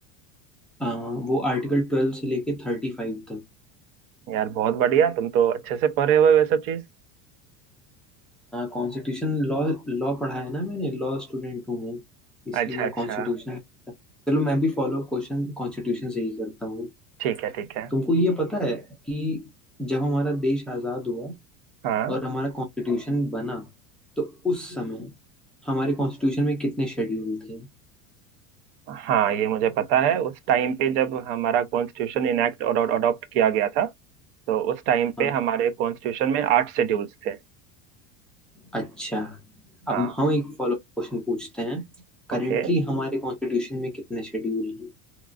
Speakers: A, in the centre; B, on the right.
A: आ, वो आर्टिकल ट्वेल्व से लेके थर्टी फाइव तक
B: यार बहुत बढ़िया तुम तो अच्छे से पढ़े हुए हो ये सब चीज
A: Constitution law लॉ पढ़ा है ना मैंने लॉ स्टूडेंट हूँ मैं इसलिए
B: अच्छा अच्छा
A: कॉन्स्टिट्यूशन चलो मैं भी फॉलो क्वेश्चन कॉन्स्टिट्यूशन से ही करता हूँ
B: ठीक है ठीक है
A: तुमको ये पता है कि जब हमारा देश आजाद हुआ
B: हाँ
A: और हमारा कॉन्स्टिट्यूशन बना तो उस समय हमारे कॉन्स्टिट्यूशन में कितने शेड्यूल थे
B: हाँ ये मुझे पता है उस टाइम पे जब हमारा कॉन्स्टिट्यूशन इनएक्ट और अडॉप्ट किया गया था तो उस टाइम
A: हाँ
B: पे हमारे कॉन्स्टिट्यूशन में आठ शेड्यूल्स थे
A: अच्छा अब
B: हाँ
A: हम एक फॉलोअप क्वेश्चन पूछते हैं करेंटली
B: ओके
A: हमारे कॉन्स्टिट्यूशन में कितने शेड्यूल हैं